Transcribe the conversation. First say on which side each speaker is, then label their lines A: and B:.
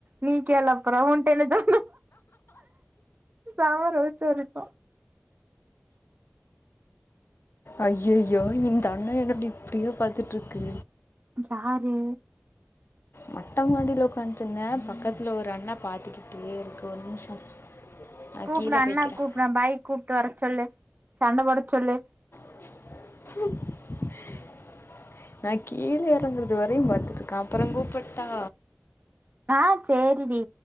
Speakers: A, on the right (about 45°); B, on the left (about 65°).
A: நீ கேலப்புறம் உன்டல த சமார உச்சாரப்ப
B: அய்யய்யோ‌ தண்ணோ என்னடி இப்டியே பாத்துட்டுருக்கு
A: யாரு
B: மொட்டை மாடியில உக்காந்துட்டுருந்தேன் பக்கத்தில ஒரு அண்ணா பாத்துக்கிட்டே இருக்கு ஒரு நிமிஷம் நான்
A: கூப்டு
B: கீழே
A: அண்ணே
B: போய்க்கிறேன்
A: கூப்ரா பாய்க கூப்பிட்டு வர சொல்லு சண்டை போட சொல்லு
B: <unintelligible> நான் கீழே இறங்கறது வரையும் பாத்துட்டு இருக்கேன் அப்றம் கூப்பிட்டா
A: ஆ சேரிடி